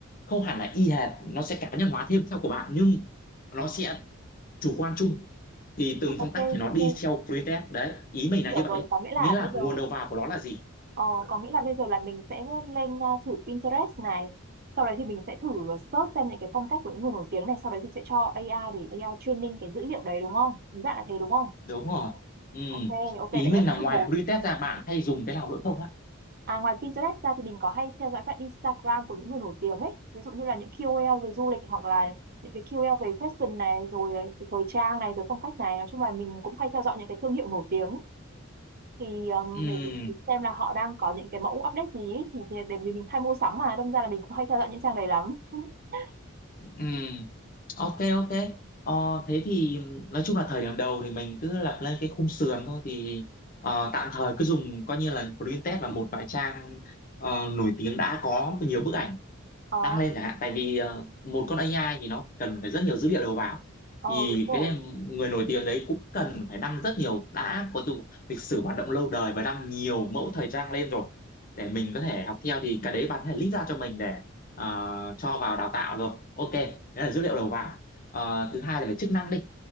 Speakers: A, on the left (about 40°); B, on the right (about 45°).
A: không hẳn là y hệt nó sẽ cá nhân hóa thêm theo của bạn nhưng nó sẽ chủ quan chung thì từng phong
B: ok
A: cách thì nó
B: ok
A: đi theo printf đấy ý mình là
B: hiểu
A: như vậy
B: rồi
A: đấy.
B: có nghĩa là
A: nghĩa là
B: bây giờ
A: nguồn đầu vào của nó là gì
B: Ờ, có nghĩa là bây giờ là mình sẽ lên uh, thử Pinterest này sau đấy thì mình sẽ thử search xem những cái phong cách của những người nổi tiếng này sau đấy thì sẽ cho AI để AI training cái dữ liệu đấy đúng không ý bạn là thế đúng không
A: đúng rồi Ừm.
B: ok ok
A: ý
B: đấy
A: mình
B: là
A: là
B: sẽ bước
A: ngoài
B: một
A: printf ra bạn hay dùng cái nào nữa không ạ
B: à ngoài Pinterest ra thì mình có hay theo dõi các Instagram của những người nổi tiếng ấy ví dụ như là những KOL về du lịch hoặc là những cái KOL về fashion này rồi cái thời trang này rồi phong cách này nói chung là mình cũng hay theo dõi những cái thương hiệu nổi tiếng thì um,
A: Ừm,
B: để mình xem là họ đang có những cái mẫu update gì ý. thì thì để vì mình hay mua sắm mà đâm ra là mình cũng hay theo dõi những trang này lắm <laughs>
A: ừm. Ok ok. Ờ, thế thì nói chung là thời điểm đầu thì mình cứ lập lên cái khung sườn thôi thì ờ, tạm thời cứ dùng coi như là print test và một vài trang ờ, nổi tiếng đã có nhiều bức ảnh
B: ờ
A: đăng lên chẳng hạn tại vì ờ, một con AI thì nó cần phải rất nhiều dữ liệu đầu vào
B: ờ
A: thì
B: đúng rồi
A: cái người nổi tiếng đấy cũng cần phải đăng rất nhiều đã có dù lịch sử hoạt động lâu đời và đăng nhiều mẫu thời trang lên rồi để mình có thể học theo thì cái đấy bạn có thể list ra cho mình để ờ, cho vào đào tạo rồi ok đấy là dữ liệu đầu vào Ờ, thứ hai là về chức năng đi